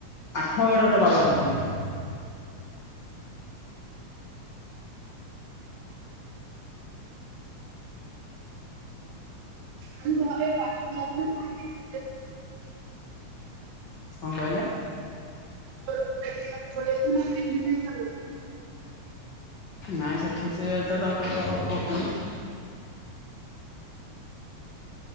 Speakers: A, on the left (about 75°); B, on the right (about 70°).
A: ଆଠଗଡରେ ବାବା ରହୁଛନ୍ତି।
B: ଆମ ଘରେ ପାଣି ଥୁଆ ପାଣି <inaudible>
A: କଣ କହିଲେ?
B: <unintelligible>
A: ନାଇଁ ସେଠି ସେ ତ ତାଙ୍କର କରୁଛନ୍ତି।